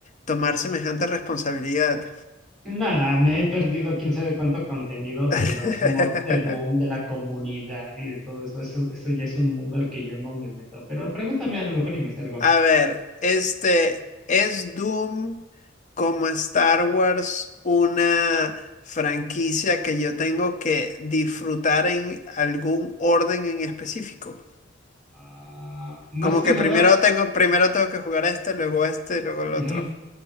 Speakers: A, on the left (about 40°); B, in the centre.
A: tomar semejante responsabilidad.
B: nada, me he perdido quién sabe cuánto contenido de
A: <laughs>
B: los mods de Doom, de la comunidad y de todo eso. Eso, eso ya es un mundo al que yo no me meto, pero pregúntame a lo mejor y me salgo.
A: A ver, este, ¿es Doom como Star Wars una franquicia que yo tengo que disfrutar en algún orden en específico?
B: Ah, más
A: Como
B: que
A: que
B: nada.
A: primero tengo, primero tengo que jugar este, luego este, luego el
B: ujú.
A: otro.